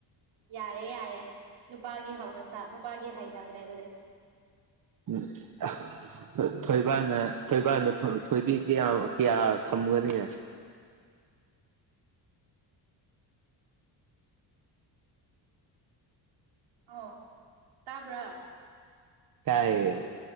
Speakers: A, on the right; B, on the right.
A: ꯌꯥꯔꯦ ꯌꯥꯔꯦ ꯅꯨꯄꯥꯒꯤ ꯍꯧꯅꯁꯥ ꯅꯨꯄꯥꯒꯤ ꯍꯩꯅꯕꯅꯦ ꯑꯗꯨꯗꯤ
B: ꯎꯝ ꯑꯥ ꯊꯣꯏ ꯊꯣꯏꯕꯥꯅ ꯊꯣꯏꯕꯥꯅ ꯊꯣ ꯊꯣꯏꯕꯤ ꯀꯌꯥꯝ ꯀꯌꯥ ꯊꯝꯒꯅꯤ
A: ꯑꯣ ꯇꯕ꯭ꯔꯥ
B: ꯇꯥꯢꯌꯦ